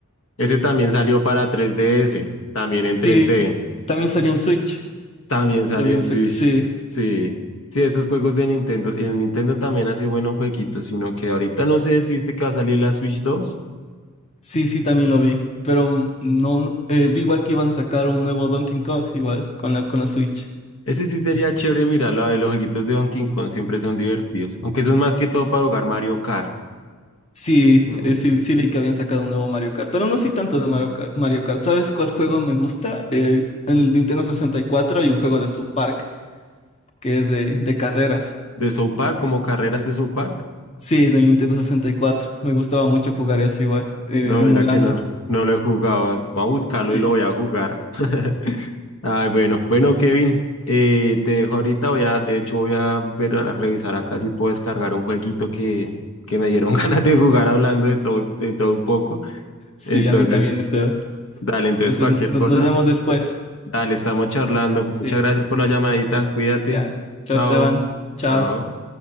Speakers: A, on the left; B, on the left.
A: Ese también salió para tres D S también en
B: Sí,
A: tres d
B: también salió en Switch.
A: también salió
B: Lo vi
A: en
B: en
A: Switch.
B: sec- Sí,
A: Sí, sí, esos juegos de Nintendo, el Nintendo también hace buenos jueguitos, sino que ahorita no sé si viste que va a salir la Switch dos
B: sí, sí, también lo vi. Pero mm, no, no- eh, vi igual que iban a sacar un nuevo Donkey Kong, igual, con la, con la Switch.
A: Ese sí sería chévere mirarlo. A ver, los jueguitos de Donkey Kong siempre son divertidos. Aunque son más que todo para jugar Mario Kart.
B: Sí,
A: Mm.
B: eh, sí, sí vi que habían sacado un nuevo Mario Kart, pero no sí tanto de Mario Kart. Mario Kart. ¿Sabes cuál juego me gusta? Eh, en el Nintendo 64 hay un juego de South Park, que es de, de carreras.
A: De South Park, como carreras de South Park.
B: Sí, del Nintendo 64. Me gustaba mucho jugar eso igual, eh,
A: No,
B: emulando.
A: mira que no, no lo he jugado. Voy a buscarlo
B: Sí,
A: y lo voy a jugar. <laughs> Ay, bueno, bueno, Kevin, eh, te dejo ahorita. Voy a, de hecho, voy a ver, a revisar acá si puedo descargar un jueguito que, que me dieron <laughs> ganas de jugar hablando de todo, de todo un poco.
B: sí,
A: Entonces,
B: a mí también, Esteban.
A: dale, entonces
B: Entonces,
A: cualquier
B: no-
A: cosa.
B: nos vemos después.
A: Dale, estamos charlando. Muchas
B: Sí,
A: gracias por
B: listo.
A: la llamadita. Cuídate.
B: Ya, chao,
A: Chao.
B: Esteban. Chao.
A: Chao.